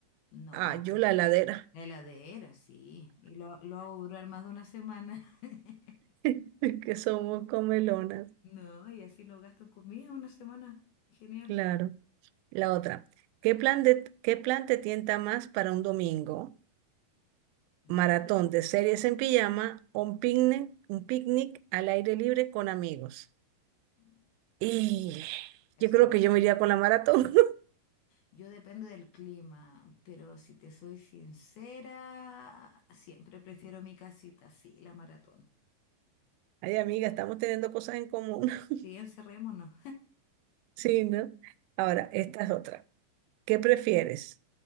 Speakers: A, on the left (about 70°); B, on the right (about 85°).
A: No,
B: Ah, yo la heladera,
A: la heladera, sí. Y lo, lo hago durar más de una semana. <laughs>
B: <laughs> que somos comelonas.
A: No, y así no gasto en comida una semana. Genial.
B: Claro. La otra. ¿Qué plan de, qué plan te tienta más para un domingo?
A: Mm.
B: ¿Maratón de series en pijama o un picnic, un picnic al aire libre con amigos?
A: mm,
B: Y
A: mm. O
B: yo
A: sea,
B: creo
A: depende.
B: que yo me iría
A: ¿eh?
B: con la maratón.
A: Yo depende del clima, pero si te soy sincera, siempre prefiero mi casita, sí, la maratón.
B: Ay, amiga, estamos teniendo cosas en común. <laughs>
A: Si encerrémonos,
B: Sí, ¿no? Ahora, esta es otra. ¿Qué prefieres?